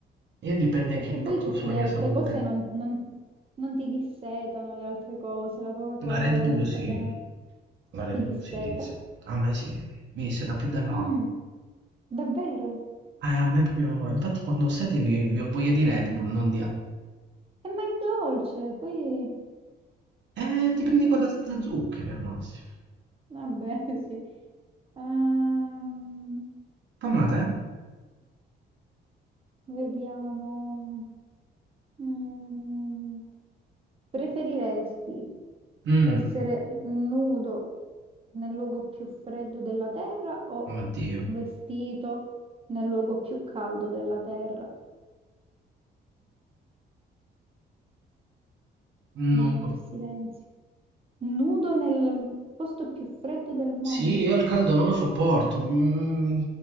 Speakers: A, on the right; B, on the right.
A: Io dipende
B: Perché
A: che impatto
B: poi tutte
A: ha sulla
B: le
A: mia
B: altre
A: salute.
B: cose non, non- non ti dissetano, le altre cose, la Coca-Cola,
A: La Red Bull
B: gli estate,
A: sì, la Red
B: ti
A: Bull
B: disseta.
A: sì, ti dice. A me sì, mi disse da più dell'acqua.
B: Mm, davvero?
A: Eh, a me proprio, infatti quando ho sete mi, mi ho voglia di Red Bull, non di altro.
B: E ma è dolce, poi...
A: Eh, ti prendi
B: mm,
A: quella senza zuccheri al massimo.
B: vabbè, <laughs> sì. Ehm,
A: Fammela te.
B: vediamo. Mm, preferiresti
A: Mm,
B: essere nudo nel luogo più freddo della terra o
A: oddio.
B: vestito nel luogo più caldo della terra?
A: No.
B: Di nuovo il silenzio. Nudo nel posto più freddo del mondo.
A: Sì, io il caldo non lo sopporto, mm,